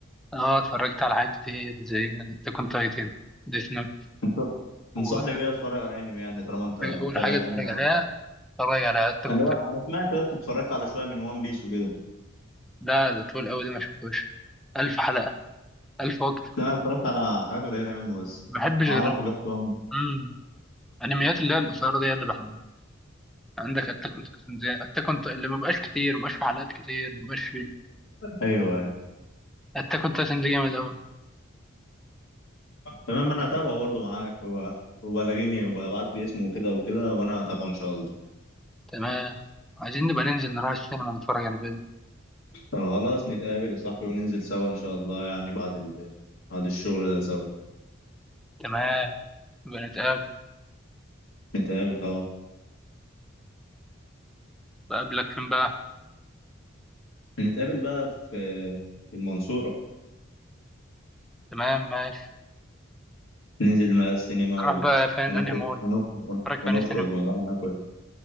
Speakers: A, in the centre; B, on the left.
A: اه اتفرجت على حاجات كتير زي أتاك أون تايتن ديث نوت
B: انت تنصحني
A: واتفرج
B: بيه اتفرج على انمي يعني طالما انت بتتابع
A: أول حاجة
B: انمي
A: اتفرج عليها
B: قوي
A: اتفرج على أتاك
B: انا
A: أون
B: لو-
A: تايتن
B: انا سمعت بس اتفرجت على شويه من وان بيس وكده
A: ده ده طول أوي ده ما شفتوش ألف حلقة ألف وقت
B: لا أنا اتفرجت على حاجات قليله منه بس
A: ما بحبش
B: اعرفه
A: غير ال-
B: بس وان
A: مم. الأنميات اللي هي القصيرة دي هي اللي بحبها عندك أتاك أون تايتن زي أتاك أون اللي ما بقاش كتير ما بقاش في حلقات كتير ما بقاش في
B: ايوه ايوه
A: أتاك أون تايتن دي جامد أوي
B: تمام انا هتابعه برضه معاك هو وبلغيني وابعت لي اسمه وكده وكده وانا هتابعه ان شاء الله
A: تمام عايزين نبقى ننزل نروح السينما نتفرج على فيلم
B: طب خلاص نتقابل يا صاحبي وننزل سوا إن شاء الله يعني بعد ال... بعد الشغل ده سوا
A: تمام نبقى نتقابل
B: نتقابل طبعا
A: بقابلك فين بقى
B: نتقابل بقى في في المنصورة
A: تمام ماشي
B: ننزل بقى السينما
A: نروح
B: و...
A: بقى فين
B: ونخرج
A: أنهي مول
B: ونخرج
A: نتفرج
B: ونخرج
A: في أنهي سينما
B: ونروح ناكل